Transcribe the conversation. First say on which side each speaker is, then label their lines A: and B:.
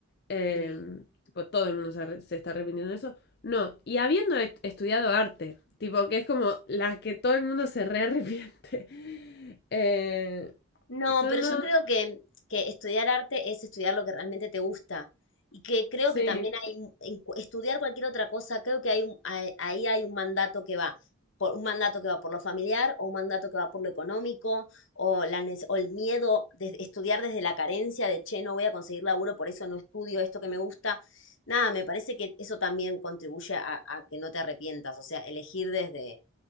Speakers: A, on the left; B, on the left.
A: eh,
B: sí.
A: tipo todo el mundo se, arre- se está arrepintiendo de eso, no. Y habiendo est- estudiado arte, tipo que es como la que todo el mundo se re arrepiente. <laughs> Eh,
B: No,
A: yo
B: pero
A: no,
B: yo creo que, que estudiar arte es estudiar lo que realmente te gusta. Y que creo
A: sí,
B: que también hay, un- en cu- estudiar cualquier otra cosa, creo que hay un, ahí ahí hay un mandato que va, por, un mandato que va por lo familiar, o un mandato que va por lo económico, o la, nece- o el miedo de estudiar desde la carencia de, che, no voy a conseguir laburo, por eso no estudio esto que me gusta. Nada, me parece que eso también contribuye a, a que no te arrepientas, o sea, elegir desde,